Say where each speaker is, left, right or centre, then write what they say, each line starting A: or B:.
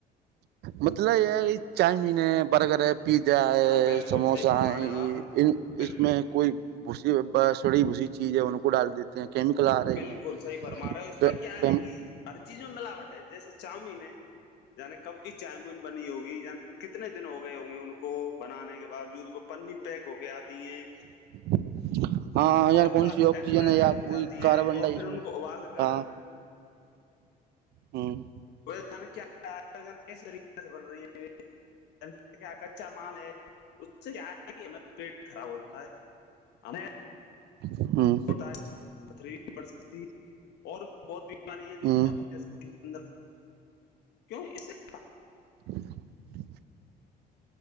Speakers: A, on the right; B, on the left.
A: مطلب یہ یہ چاؤمین ہے برگر ہے پیزا ہے
B: ہاں بالکل
A: سموسہ
B: صحیح فرما
A: ہے
B: رہے
A: یہ
B: ہو آپ
A: ان
B: بالکل
A: اس میں کوئی بھ بسڑی بھسی چیز ہے ان کو ڈال دیتے ہیں کیمیکل آ رہے
B: بالکل صحیح پرما رہے ہو
A: ہیں
B: اس میں کیا ہے کہرچ چیز میں ملاوٹ ہے جیسے چاؤمین ہے یعنی کب کی چاؤمین بنی ہوگی کتنے دن ہو گئے ہوں گے ان کو بنانے کے باوجود وہ پنی پیک ہو کے آتی ہیں
A: <inaudible> ہاں
B: وہ
A: یار
B: ایکسپائری
A: کون سی آکسیجن ہے یا
B: ہو
A: کوئی
B: جاتی ہیں
A: کاربن
B: اور
A: ڈ
B: پھر
A: اس
B: ان
A: میں
B: کو ابال کر
A: ہاں ہوں <inaudible>
B: ہو جان کیاس طریقے سے بن رہی ہیں <inaudible> کیا کچا مال ہے اس سے کیا آئے گی <inaudible> پیٹ خراب ہوتا ہے
A: ہ
B: ہوتا ہے <inaudible> پتھری پڑ سکتی ہے اور بہت بیمارییاں
A: ہ
B: جونے <inaudible> ر کیوں اس <inaudible>
A: ج <inaudible>